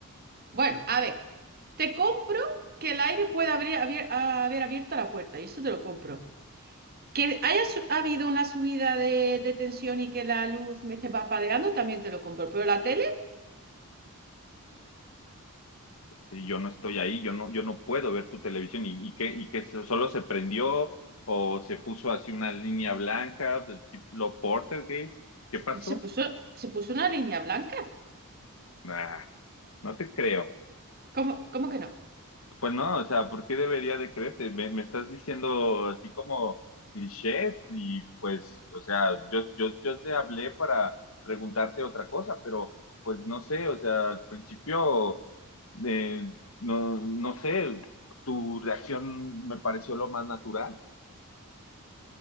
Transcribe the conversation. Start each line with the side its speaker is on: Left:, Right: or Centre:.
Right: Bueno, a ver, te compro que el aire pueda abrir, abrir- haber abierto la puerta y eso te lo compro. Que haya su- habido una subida de, de tensión y que la luz me esté parpadeando, también te lo compro. Pero la tele
Left: Es que yo no estoy ahí, yo no, yo no puedo ver tu televisión y, y que, y que so- solo se prendió o se puso así una línea blanca del tipo Portergeist. ¿Qué
Right: se,
Left: pasó?
Right: se puso, se puso una línea blanca.
Left: Nah, no te creo.
Right: ¿Cómo, cómo que no?
Left: Pues no, o sea, ¿por qué debería de creerte? Me, me estás diciendo así como clichés y pues, o sea, yo, yo, yo te hablé para preguntarte otra cosa, pero pues no sé, o sea, al principio, eh, no, no sé, tu reacción me pareció lo más natural.